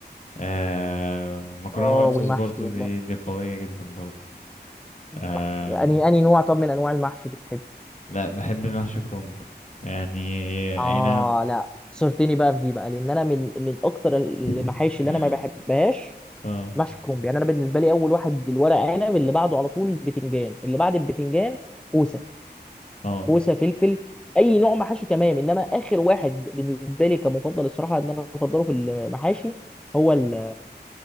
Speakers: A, on the left; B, in the centre.
A: آه مكرونة
B: اه
A: وايت صوص
B: والمحشي
A: برضو
B: والله
A: دي دي قوية جدا برضو
B: المحشي
A: آه
B: يعني اني نوع طب من انواع المحشي بتحب
A: لا بحب المحشي كرنب يعني
B: اه
A: اي نعم
B: لا صرتني بقى في دي بقى لان انا من من اكتر المحاشي
A: <laughs>
B: اللي انا ما بحبهاش
A: اه
B: محشي كرنب يعني انا بالنسبه لي اول واحد الورق عنب اللي بعده على طول البتنجان اللي بعد البتنجان كوسه
A: اه
B: كوسه فلفل اي نوع محاشي تمام انما اخر واحد بالنسبه لي كمفضل الصراحه ان انا بفضله في المحاشي هو ال...